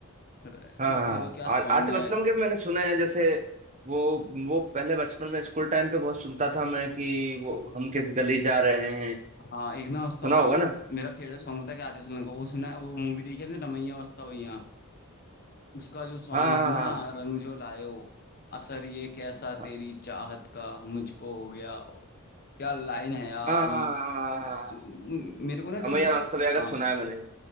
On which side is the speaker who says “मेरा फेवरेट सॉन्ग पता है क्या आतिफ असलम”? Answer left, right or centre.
Left